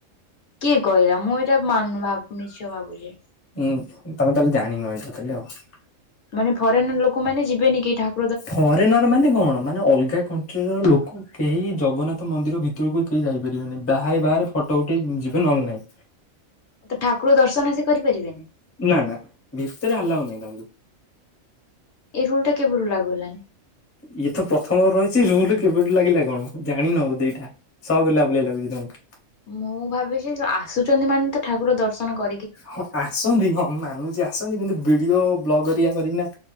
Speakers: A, on the left (about 65°); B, on the left (about 15°).
A: କିଏ କହିଲା ମୁଁ ଏଇଟା ମାନୁ ଭାବ ମିଛ ଭାବୁଛି।
B: ହୁଁ ତମେ ତାହେଲେ ଜାଣିନ ଏଇଟା ତାହଲେ ଆଉ।
A: ମାନେ ଫରେନର ଲୋକମାନେ ଯିବେନି କେହି ଠାକୁ
B: ଫରେନର ମାନେ କଣ? ମାନେ ଅଲଗା କଣ୍ଟ୍ରିର ଲୋକ କେହି ଜଗନ୍ନାଥ ମନ୍ଦିର ଭିତରକୁ କେହି ଯାଇପାରିବେନି ବାହାରେ ବାହାରେ ଫଟୋ ଉଠେଇ ଯିବେ ନହେଲେ ନାଇଁ।
A: ତ ଠାକୁର ଦର୍ଶନ ସିଏ କରିପାରିବେନି?
B: ନା ନା ଭିତରେ ଆଲାଉ ନାଇଁ ତାଙ୍କୁ।
A: ଏଇ ରୁଲ ଟା କେବେ ରୁ ଲାଗୁ ହେଲାଣି?
B: ଇଏ ତ ପ୍ରଥମରୁ ରହିଛି ରୁଲ କେବେଠୁ ଲାଗିଲା କଣ ଜାଣିନ ବୋଧେ ଏଇଟା। ସକ୍ ହେଲା ଭଳିଆ ଲାଗୁଛି ତମକୁ।
A: ମୁଁ ଭାବିଛି ଆସୁଛନ୍ତି ମାନେ ତ ଠାକୁର ଦର୍ଶନ କର।
B: ହଁ ଆସନ୍ତି ହଁ ମୁଁ ମାନୁଛି ଆସନ୍ତି କିନ୍ତୁ ଭିଡିଓ ବ୍ଲଗ କରିକିନା।